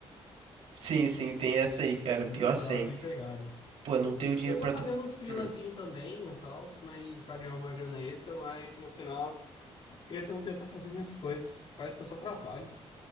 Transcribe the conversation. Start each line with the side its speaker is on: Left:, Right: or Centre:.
Right: Sim, sim, tem essa aí, cara,
Left: O
Right: pior
Left: meu pior
Right: sem.
Left: desempregado.
Right: Pô, não ter o dinheiro
Left: Eu tô
Right: pra
Left: fazendo
Right: tu...
Left: uns freelazinho
Right: Hum.
Left: também e tal, mas pra ganhar uma grana extra, mas no final. Queria ter um tempo pra fazer minhas coisas. Parece que eu só trabalho.